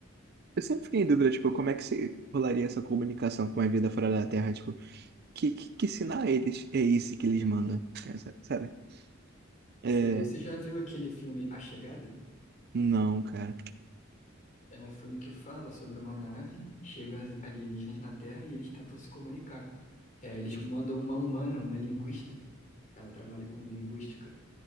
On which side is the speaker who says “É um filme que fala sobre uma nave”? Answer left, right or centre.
Left